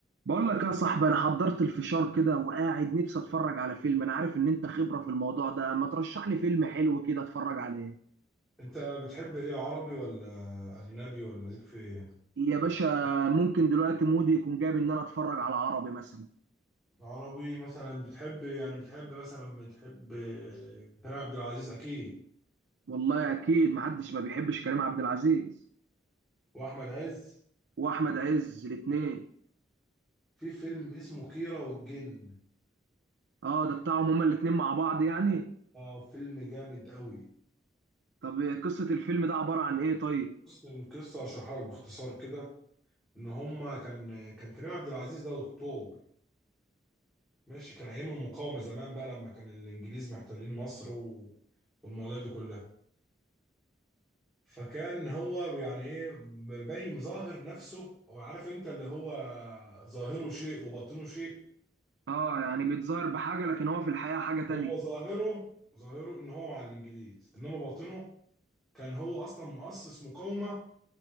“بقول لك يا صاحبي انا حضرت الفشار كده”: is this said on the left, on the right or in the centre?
Right